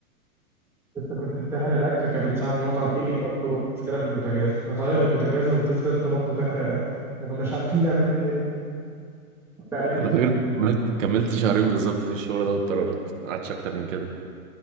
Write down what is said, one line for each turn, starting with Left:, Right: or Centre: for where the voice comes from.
Centre: انت كنت بتحرق الاكل كان صاحب المطعم يجي يقول له مشكله في البوتاجاز غير البوتاجاز وفضلت انت برضو تحرق الاكل ما كناش عارفين نعمل ايه تاني كنت عليك ازاي
Right: انا فاكر إني كملت كملت شهرين بالظبط في الشغل ده واتطردت ما قعدتش اكتر من كده